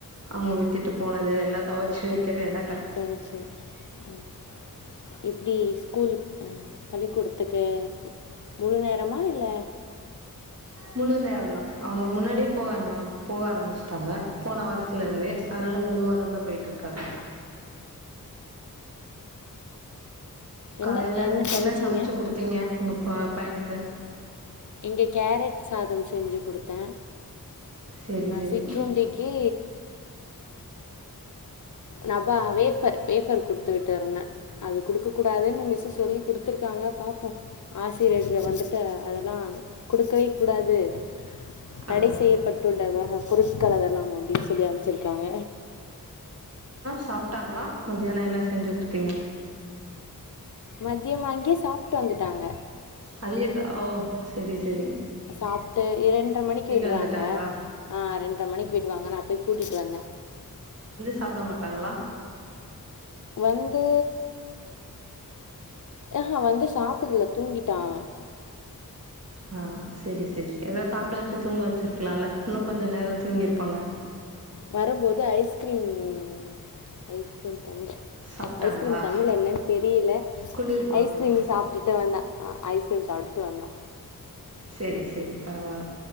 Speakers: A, on the right (about 45°); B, on the left (about 55°).
A: அவங்க விட்டுட்டு போனது எல்லா தொவச்சு வெக்கிறது எல்லா
B: தொவச்சு ம் இப் இப்டி ஸ்கூல்லுக் அ பள்ளிக்கூடத்துக்கு முழு நேரமா இல்ல
A: முழு நேரந்தா அவங்க முன்னாடியே போவாங்க போக ஆரம்பிச்சுட்டாங்க போன வரத்துல இருந்தே அதுனால முழுவாரந்தா போயிட் இருக்காங்க காலைல
B: என்ன
A: என்ன
B: சமைச்சிங்க
A: சமச்சு குடுத்தீங்க உங்க பா பைனுக்கு
B: இங்க கேரட் சாதம் செஞ்சு குடுத்த
A: சரி சரி
B: சிற்றுருண்டிக்கு நா வா வேபர் வேபர் குடுத்து விட்டு இருந்த அது குடுக்க கூடாதுன்னு மிஸ் சொல்லி குடுத்துருக்காங்க பாப்போ ஆஸ் பிறகு வந்துட்டு அதெலா குடுக்கவே கூடாது தடை
A: அதான்
B: செய்யப்பட்டுள்ள வக பொருட்கள்ளதலா அப்டின் சொல்லி அமுச்சிருக்காங்க
A: சாப்டாங்ளா மத்தியானோ என்ன செஞ்சு குடுத்தீங்க
B: மத்யம் அங்யே சாப்டு வந்துட்டாங்க
A: அதே ஓ செரி செரி
B: சாப்ட்டு இரண்ட்ர மணிக்கு விடுறாங்க
A: வந்துட்டாங்களா
B: ஆ ரெண்ட்ர மணிக்கு விடுவாங்க நா போய் கூட்டிட்டு வந்தே
A: சாப்ட மாட்டாங்ளா
B: வந்து அ ஆ வந்து சாப்பட்ல தூங்கிட்டா அவன்
A: ஆ செரி செரி ஏதாத் சாப்ட வச்சி தூங்க வச்சிருக்லால இன்னு கொஞ்ச நேரோ தூங்கிருப்பாங்க
B: வரம்போது ஐஸ்கிரீம் ம் ஐஸ்க்ரீம் தமிழ்
A: சாப்பிட்டாங்களா
B: ஐஸ்க்ரீம் தமிழ்ல என்னனு தெரில
A: குளிர்பானம்
B: ஐஸ்க்ரீம் சாப்டுட்டு வந்த ஆ ஐஸ் ஐஸ்க்ரீம் சாப்ட்டுட்டு வந்தோ
A: சேரி சேரி பரவால்ல